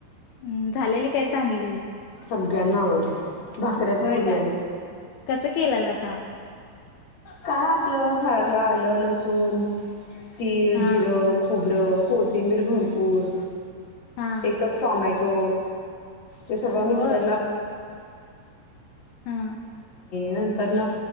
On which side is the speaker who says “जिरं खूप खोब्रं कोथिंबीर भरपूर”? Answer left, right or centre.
Left